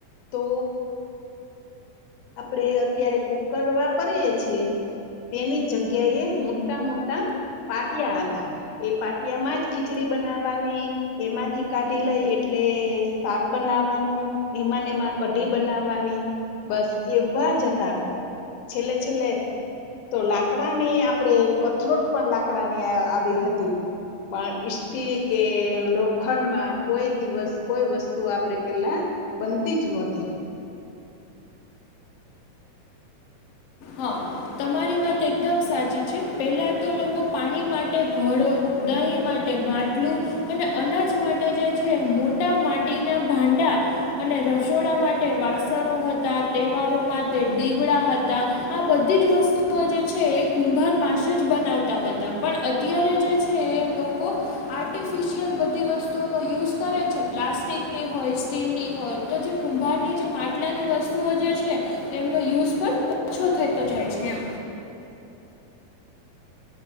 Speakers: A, on the left; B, on the left.
A: તો આપડે અત્યારે કુકર વાપરીએ છીએ તેની જગ્યા એ મોટા મોટા પાટિયા હતા એ પાટિયા માં જ ખીચડી બનાવવાની એમાંથી કાઢી લઈ એટલે શાક બનાવવાનું એમાંને એમાં કઢી બનાવવાની બસ એવા જ હતા છેલ્લે છેલ્લે તો લાકડા ની આપણેે કથરોટ પણ લાકડાની આવી હતી પણ સ્ટીલ કે લોખંડ માં કોઈ દિવસ કોઈ વસ્તુ આપણેે પેલા બનતી જ નહોતી
B: હા તમારી વાત એકદમ સાચી છે પહેલાં તો લોકો પાણી માટે ઘડો દહીં માટે માટલું અને અનાજ માટે જે છે મોટા માટીના ભાંડા અને રસોડા માટે વાસણો હતા તહેવારો માટે દીવડા હતા આ બધી જ વસ્તુઓ જે છે એ કુંભાર પાસે જ બનાવતા હતા પણ અત્યારે જે છે એ લોકો આર્ટિફિશિયલ બધી વસ્તુઓનો યુઝ કરે છે પ્લાસ્ટિકની હોય સ્ટીલની હોય તો જે કુંભારની જે માટલાની વસ્તુઓ જે છે એમનો યુઝ પણ ઓછો થતો જાય છે એમ